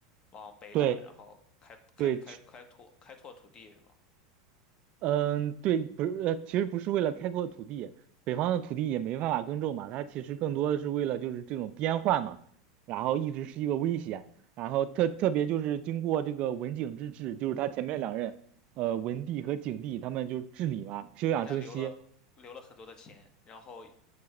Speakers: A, on the left; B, on the right.
A: 往北打，
B: 对
A: 然后开开开开拓开拓土地是吗？
B: 对，嗯，对，不是，呃，其实不是为了开阔土地，北方的土地也没办法耕种嘛，它其实更多的是为了就是这种边患嘛，然后一直是一个威胁，然后特特别就是经过这个文景之治，就是他前面两任，呃，文帝和景帝他们就治理嘛，休养生息，
A: 给他留了留了很多的钱，然后